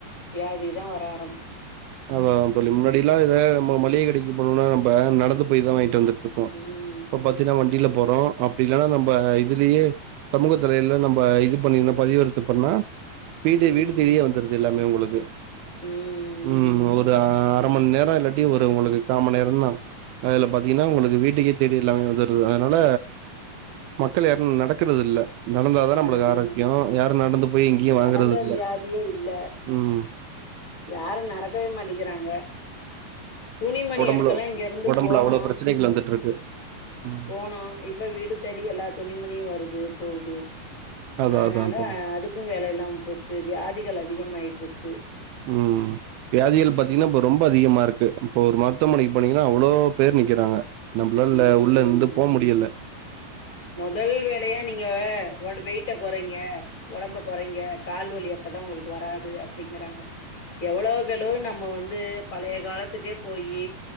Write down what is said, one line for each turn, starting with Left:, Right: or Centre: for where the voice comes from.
Left: வியாதி தா வர ஆரம்பிச்சிருச்சு
Right: அதா சொல்லி முன்னாடில்லா இத நம்ம மளிக கடைக்கு போணும்னா இப்ப நம்ம நடந்து போய் தா வாங்கிட்டு வந்துட் ருப்ப
Left: ம்
Right: இப்ப பாத்தீன்னா வண் இல போறோ அப்டி இல்லன்னா நம்ப இதுலேயே சமூக தலையல்ல நம்ம இது பண்ணீன்னா பதிவறுத்து பண்ணா வீடு
Left: ம்
Right: வீடு தேடியே வந்துருது எல்லாமே உங்களுக்கு
Left: ம்
Right: ம் ஒது ஆ அர மண் நேர இல்லாட்டி ஒரு உங்களுகு காமண் நேர தா அதுல பாத்தீங்கன்னா உங்களுக்கு வீட்டுக்கே தேடி எல்லாமே வந்துருது அதனால மக்கள் யாரு நடக்கறதில்ல நடந்தாதா நம்பளுகு
Left: ஆமா
Right: ஆரோக்கியோ யாரு நடந்து போய் எங்கயு
Left: நடந்த
Right: வாங்கறது இல்ல
Left: வியாதியே இல்ல
Right: ம்
Left: யாரு நடக்கவே மாட்டிங்கிறாங்க துணிமணி
Right: ஒடம்புல
Left: எடுக்கலா இங்கருந்து
Right: ஒடம்புல
Left: போனோ
Right: அவ்ளோ பிரச்சனைகள் வந்துட்ருக்கு ம்
Left: போனோ இப்ப வீடு தேடி எல்லா துணிமணியு வருது அதே போகுது
Right: அதா
Left: அதனால
Right: அதா தோழி
Left: அதுக்கூ வேல இல்லாம போச்சு வியாதிகள் அதி அதிகமாய்போச்சு.
Right: உம் வியாதிகள் பார்த்தீங்கனா இப்ப ரொம்ப அதிகமா இருக்கு. இப்ப ஒரு மருத்துவமனைக்கு போனீங்கனா அவ்ளோ பேர் நிக்கறாங்க. நம்ளால்ல
Left: ம்
Right: உள்ள இந்து போ முடியல
Left: முதல் வேலையா நீங்க ஒட வெயிட்ட குறைங்க, ஒடம்ப குறைங்க கால்வலி அப்பதா உங்களுக் வராது அப்டிங்கறாங்க. எவ்ளோகெளவு நம்ம வந்து பழய காலத்துக்கே போயி